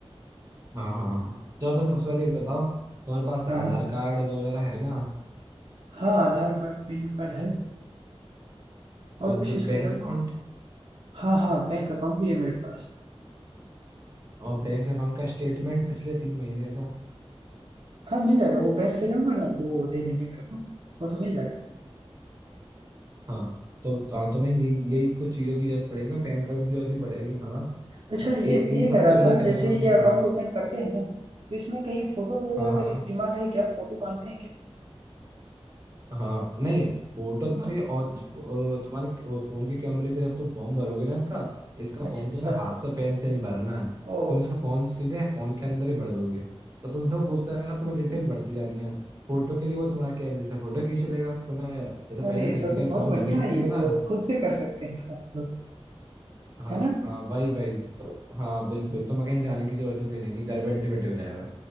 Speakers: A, on the right; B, on the right.
A: हाँ हाँ हाँ तो मैं सबसे पहले ये बताओ तुम्हारे पास
B: हाँ
A: आधार कार्ड वगैरह है ना
B: हाँ आधार कार्ड पैन कार्ड है और
A: और
B: कुछ इसके
A: बैंक
B: अलावा
A: अकाउंट
B: हाँ हाँ बैंक अकाउंट भी है मेरे पास
A: और बैंक अकाउंट का स्टेटमेंट पिछले तीन महीने का
B: हाँ मिल जाएगा वो बैंक से जाऊंगा ना तो वो दे देंगे मेरे को वो तो मिल जाएगा
A: हाँ तो तो- हाँ तो मैं ये यही कुछ चीज़ों की जरूरत पड़ेगी ना पैन कार्ड की जरूरत भी पड़ेगी हाँ
B: अच्छा
A: ये
B: ये
A: इन
B: ये
A: सबको
B: कह रहा
A: लेकर
B: था जैसे
A: रखना अपने
B: ये अकाउंट
A: पास
B: ओपन करते हैं ना तो इसमें कहीं फोटो वगैरह
A: हाँ हाँ
B: का डिमांड है क्या फोटो मांगते हैं क्या
A: हाँ नहीं फोटो तुम्हारी और फो- अ, तुम्हारे क- वो फोन के कैमरे से जब तुम फॉर्म भरोगे ना इसका इसका
B: अच्छा
A: फॉर्म तुम्हें
B: अच्छा
A: हाथ से पेन से नहीं भरना है
B: ओ
A: तुम इसका फॉर्म सीधे फोन के अंदर ही भर दोगे तो तुमसे वो पूछता रहेगा तुम्हें डिटेल भरती जानी है फोटो के लिए वो तुम्हारे कैमरे से फोटो खींच लेगा तुम्हें जैसे पहले
B: अरे
A: फिजिकल
B: तो, तो बहुत
A: फॉर्म
B: बढ़िया
A: भरने पड़ते
B: है ये
A: थे ना
B: तो खुद से कर सकते हैं इसका मतलब
A: हाँ
B: है ना
A: हाँ वही वही तो हाँ बिल्कुल तुम्हें कहीं जाने की जरूरत भी नहीं है घर बैठे बैठे हो जाएगा